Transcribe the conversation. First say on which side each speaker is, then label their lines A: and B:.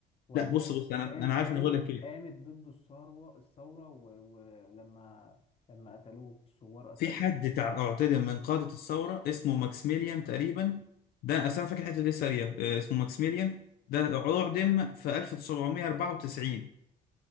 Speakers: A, on the left; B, on the left.
A: ولا
B: لا بص بص انا
A: كان
B: انا عارف
A: قامت
B: انا هقول لك ايه
A: قامت ضد الثورة الثورة ولما و... ولما- لما قتلوه الثوار قتلوه
B: في حد تع- اعتدم من قادة الثورة اسمه ماكسيميليان تقريبا ده أصل أنا فاكر الحتة دي سريع آه، اسمه ماكسيميليان ده أعدم في 1794